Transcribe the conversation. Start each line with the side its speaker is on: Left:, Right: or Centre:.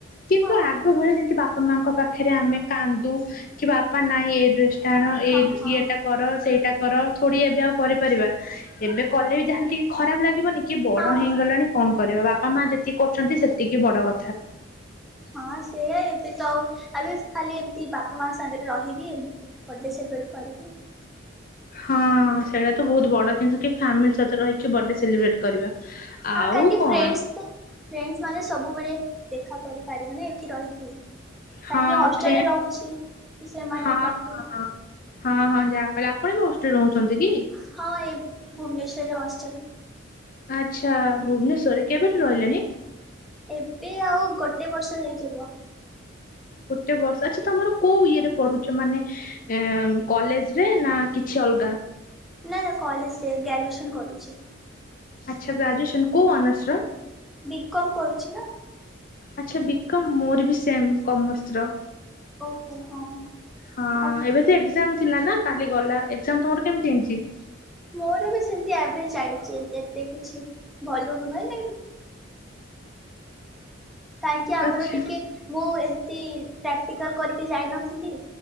Left: କିନ୍ତୁ,
Centre: ହଁ
Left: ଆଗ ଭଳିଆ ଯେମତି ବାପା ମାଁଙ୍କ ପାଖରେ, ଆମେ କାନ୍ଦୁ କି ବାପା ନାଇଁ ଏଇ ଡ୍ରେସ୍ କାରଣ
Centre: ହଁ
Left: ଏଇ
Centre: ହଁ
Left: ଇଏଟା କର, ସେଇଟା କର, ଥୋଡ଼ି ଏବେ ଆଉ କରିପାରିବା। ଏବେ କଲେ ବି ଯାହେଲେ ଟିକେ, ଖରାପ ଲାଗିବନି। କିଏ ବଡ
Centre: ହଁ।
Left: ହେଇଁଗଲାଣି, କଣ କରିବ? ବାପା ମା ଯେତ୍ କି କରୁଛନ୍ତି, ସେତିକି ବଡ କଥା।
Centre: ହଁ, ସେଆ ଏବେ ତ ଆଉ, ଆବେ ଖାଲି ଏମିତି ବାପା ମା ସାଙ୍ଗରେ ରହିବି, ଏମିତି। ବର୍ଥଡେ ସେପ୍ରେଟ୍ କରିକି
Left: ହଁ, ସେଇଟା ତ ବହୁତ ବଡ ଜିନିଷ କି! ଫାମିଲି ସହିତ ରହିିକି ବର୍ଡେ ସେଲିବ୍ରେଟ୍ କରିବା।
Centre: ହଁ
Left: ଆଉ
Centre: କାହିଁକି
Left: କଣ?
Centre: ଫ୍ରେଣ୍ଡସ୍ ତ ଫ୍ରେଣ୍ଡସ୍ ମାନେ ସବୁବେଳେ ଦେଖା କରିପାରିବେନ, ଏଠି ରହିକି
Left: ହଁ
Centre: କାହିଁକି, ହଷ୍ଟେଲରେ
Left: ଫ୍ରେ
Centre: ରହୁଛି। ସେମାନେ
Left: ହଁ
Centre: ପାଖେ
Left: ହଁ ହଁ, ହଁ, ଯାହା କହିଲ। ଆପଣ ବି ହଷ୍ଟେଲରେ ରହୁଛନ୍ତି କି?
Centre: ହଁ, ଏଇ ଭୁବନେଶ୍ୱର ହଷ୍ଟେଲ।
Left: ଆଚ୍ଛା, ଭୁବନେଶ୍ୱର ରେ, କେବେଠୁ ରହିଲେଣି?
Centre: ଏବେ ଆଉ ଗୋଟେ ବର୍ଷ ହେଇଯିବ।
Left: ଗୋଟେ ବର୍ଷ ଆଚ୍ଛା, ତମର କୋଉ ଇଏରେ ପଢୁଛ, ମାନେ? ଏଁ, କଲେଜରେ ନା କିଛି ଅଲଗା?
Centre: ନା, ନା, କଲେଜରେ ଗ୍ରାଜୁଏସନ୍ କରୁଛି।
Left: ଆଚ୍ଛା, ଗ୍ରାଜୁଏସନ୍ କଉ ଅନର୍ର୍ସର?
Centre: ବି କମ୍ କରୁଛି ନା!
Left: ଆଚ୍ଛା, ବି କମ୍ ମୋର ବି ସେମ୍ କମର୍ସର।
Centre: ଓହୋ, ହଁ।
Left: ହଁ,
Centre: ଆଉ
Left: ଏବେ ତ ଏକ୍ଜାମ ଥିଲା ନା କାଲି ଗଲା। ଏକ୍ଜାମ ତମର କେମିତି ହେଇଛି?
Centre: ମୋର ବି ସେମତି ଆଭେରେଜ୍ ଯାଇଛି। ଏତେ କିଛି ଭଲ ନୁହେଁ। ନାଇଁ କାହିଁକି ଆମର
Left: ଆଚ୍ଛା
Centre: ଟିକେ, ମୁଁ ଏମତି ପ୍ରାକ୍ଟିକାଲ୍ କରିକି ଯାଇନଥିଲି।